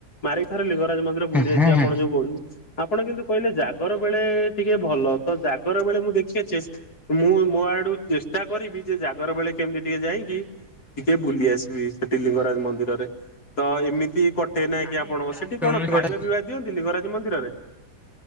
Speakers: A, on the left (about 75°); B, in the centre.
A: ମାରିକ ଥରେ ଲିଙ୍ଗରାଜ ମନ୍ଦିର ବୁଲି
B: ହଁ
A: ଆସିବି
B: ହଁ
A: ଆପଣ ଯୋଉ କହୁଛନ୍ତି। ଆପଣ କିନ୍ତୁ କହିଲେ ଜାଗର ବେଳେ ଟିକେ ଭଲ। ତ ଜାଗର ବେଳେ ମୁଁ ଦେଖିଆ ଚେଷ୍ଟା ମୁଁ ମୋ ଆଡୁ ଚେଷ୍ଟା କରିବି ଯେ ଜାଗର ବେଳେ କେମିତି ଟିକେ ଯାଇକି ଟିକେ ବୁଲି ଆସିବି ସେଠି ଲିଙ୍ଗରାଜ ମନ୍ଦିରରେ। ତ ଏମିତି କଟେ ନାଇଁ
B: ଆମେ
A: କି, ଆପଣ ସେଠି
B: କୌଣସି
A: କଣ ଖାଇବା
B: ଗୋଟେ
A: ପିଇବା ଦିଅନ୍ତି ଲିଙ୍ଗରାଜ ମନ୍ଦିରରେ?